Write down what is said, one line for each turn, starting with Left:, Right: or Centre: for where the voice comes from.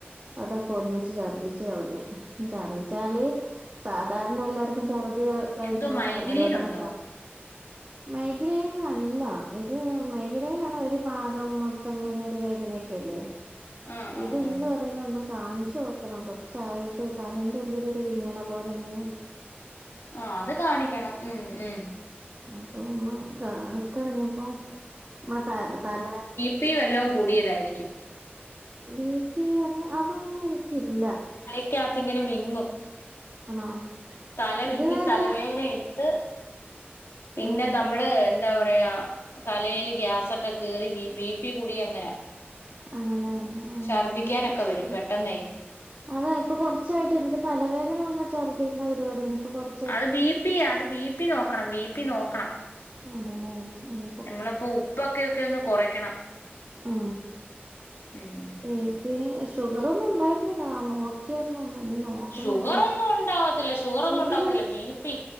Right: അതൊക്കെ ഒന്നിച്ച് ഛർദ്ദിച്ച് കളഞ്ഞ് ഛർദ്ദിച്ചാല്. സാധാരണ എല്ലാർക്കും ഛർദി കഴിഞ്ഞാൽ
Left: എന്തോ മൈഗ്രീൻ
Right: തലവേദന
Left: ഉണ്ടോ
Right: <unintelligible>
Left: <inaudible>
Right: മൈഗ്രൈൻ അല്ല ഇത് മൈഗ്രൈന ആണ് ഒരു ഭാഗം മൊത്തം ഇങ്ങനെ ഒരു വേദനൊക്കെയല്ലേ.
Left: <inaudible>
Right: ഇത് ഒന്നും
Left: ആഹ്
Right: അറില്ല ഒന്ന് കാണിച്ചു നോക്കണം കൊറച്ചായിട്ട് തല ൻ്റെ ഉള്ളിലൊരു വിങ്ങ്ണ പോലെ ഇങ്ങനെ ഇങ്ങനെ.
Left: ആ അത് കാണിക്കണം ഉം ഉം.
Right: അപ്പൊ ഒന്ന് കാണിക്കണം ഇഞ്ഞിപോ മ്മളെ തല തല
Left: <unintelligible> വല്ലവും കൂടിയതായിരിക്കും.
Right: ബി പി <unintelligible> അതൊന്നും ഇനിക്കില്ല.
Left: <unintelligible> ഇങ്ങനെ വിങ്ങും.
Right: ആണോ
Left: തല വിങ്ങി
Right: ഇതുവരെ
Left: തലവേന എടുത്ത്. പിന്നെ
Right: ആഹ്
Left: നമ്മള് ന്താ പറയാ തലയിൽ ഗ്യാസൊക്കെ കേറി ബി പി കൂടി അങ്ങനെ.
Right: ആണല്ലേ ആഹ്
Left: ഛർദ്ദിക്കാനൊക്കെ
Right: എന്നാ ഒന്ന് ടെസ്റ്റ്
Left: വരും
Right: ചെയ്
Left: പെട്ടെന്നേ
Right: അതാ ഇപ്പൊ കുറച്ചായിട്ട് എനിക്ക് തലവേദന വന്ന ഛർദ്ദിക്കണ പരിപാടിയാണ് ഇപ്പ <unintelligible>
Left: അത് ബിപി യാ അത് ബി പി നോക്കണം ബി പി നോക്കണം.
Right: ആണല്ലേ ഉം
Left: നമ്മളപ്പോ ഉപ്പൊക്കെ ഒക്കെ ഒന്ന് കുറയ്ക്കണം.
Right: ആ
Left: ഉം
Right: ഏ <unintelligible> ഷുഗറൊന്നും ഉണ്ടായിരുന്നില്ല നോക്കിയാന്നൊന്നും ഇനി <unintelligible>
Left: ഷുഗറൊന്നും
Right: എന്തായാലും
Left: ഉണ്ടാവത്തില്ല ഷുഗറൊന്നും
Right: എനിക്ക്
Left: ഉണ്ടാവത്തില്ല
Right: പിൻ
Left: ബി പി